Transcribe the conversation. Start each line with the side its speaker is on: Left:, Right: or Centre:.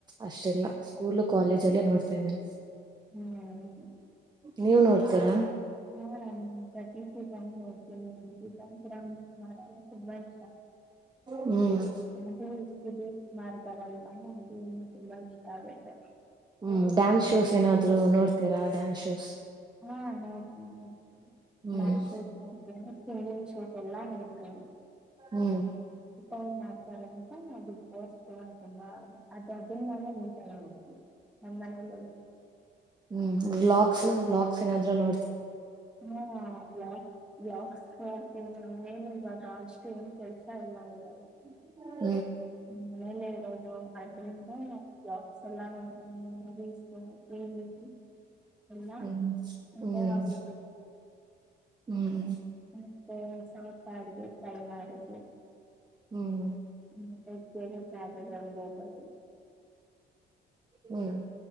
Right: ಅಷ್ಟಿಲ್ಲ ಸ್ಕೂಲ್ ಕಾಲೇಜ ಅಲ್ಲೇ ನೋಡ್ತಾ ಇದ್ದೇನೆೆ
Centre: ಹ್ಮ್
Right: ನೀವು ನೋಡ್ತೀರಾ
Centre: ಹಾ ನಾನ ಪ್ರತಿ ಸೀತನ್ ನೋಡ್ತೀನಿ ನ ಸೀತನ್ ಕೂಡ ಮಿಸ್ ಮಾಡಲ್ಲ ತುಂಬಾ ಇ
Right: ಹ್ಮ್
Centre: ಅದು <unintelligible> ಮಾರ್ ತರ ಇಲ್ಲ ತುಂಬಾ ಇಷ್ಟ ಆಗುತ್ತೆ
Right: ಹ್ಮ್ ಡ್ಯಾನ್ಸ್ ಶೋಸ್ ಏನಾದ್ರು ನೋಡ್ತೀರಾ ಡ್ಯಾನ್ಸ್ ಶೋಸ್
Centre: ಹಾ ನೊ ಹ್ಮ
Right: ಹ್ಮ್
Centre: ನಾನ್ ಚೋಟ್ ಮಾಡ <unintelligible> ಚೋಟ್ ಎಲ್ಲಾ ಮಾಡೇಡ್ತ
Right: ಹ್ಮ್
Centre: ಅವ್ ಮಾಡ್ತಾರ ಅಂತ ನಾ ಬಿಗ್ ಬಾಸ್ ಕೂಡ ತುಂಬಾ ಅದು ಅದನ್ನಾವ ನೀಟಾಗಿ ನೋಡ್ತೀವಿ ನಮ್ಮ್ ಮನಲಿ
Right: ಹ್ಮ್ ಬ್ಲಾಗ್ಸ್ ವ್ಲಾಗ್ಸ್ ಏನಾದ್ರು ನೋ
Centre: ಹಾ ಬ್ಲಾಕ್ ಬ್ಲಾಕ್ಸ್ ಮಾಡ್ತೀ ನಿನ್ನೇನು ಇವಾಗ ಅಷ್ಟು ಏನ್ ಕೆಲಸ ಇಲ್ಲ ಅಲ್ವಾ
Right: <unintelligible>
Centre: ಮನೇಲೆ ಇರೋದು ಜೊ ಅ್ರಂದ ಲಾಕ್ಸ್ ಎಲ್ಲಾ ನೋಡ <unintelligible> ಎಲ್ಲ
Right: ಹ್ಮ್
Centre: ಅಂತ
Right: ಹ್ಮ್
Centre: ಆಗುದು
Right: ಹ್ಮ್
Centre: ಮತ್ತೆ ಸ್ವಲ್ಪ ಅಡ್ಿಗೆ ಟ್ರೈ ಮಾಡುದು <unintelligible>
Right: ಹ್ಮ್್ಮ
Centre: ಮತ್ತೆ ಬೇರೆ ಜಾಗ ಹೋಗ
Right: ಹ್ಮ್